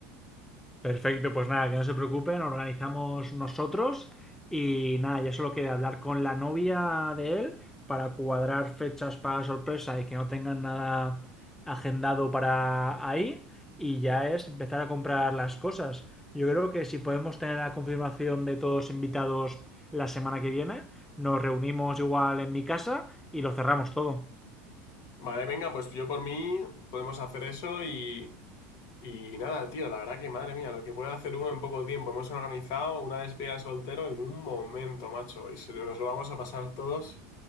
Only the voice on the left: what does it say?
Vale, venga, pues yo por mí podemos hacer eso y, y nada, tío, la verdad que madre mía, lo que puede hacer uno en poco tiempo. Hemos organizado una despedida de soltero en un momento, macho, y se lo- nos lo vamos a pasar todos